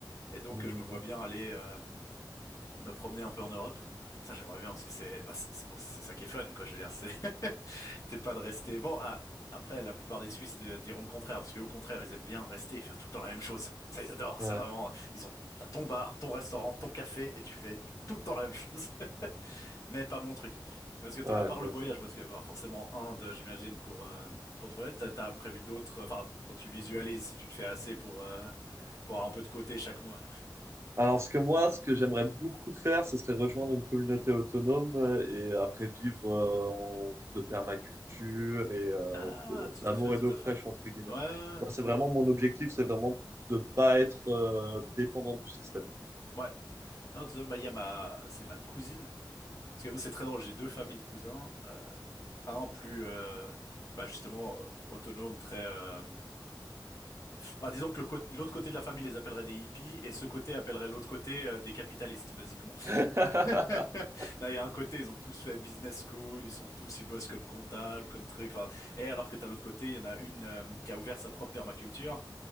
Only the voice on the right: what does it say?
mm,
mm.
Ouais,
ouais,
ouais.
Alors, ce que moi, ce que j'aimerais beaucoup faire, ce serait rejoindre une communauté autonome euh, et après vivre euh, en- de permaculture et euh,
de-
d'amour
et d'eau
fraîche,
entre guillemets.
Moi, c'est vraiment mon objectif, c'est vraiment de pas être euh, dépendant du système.
<laughs>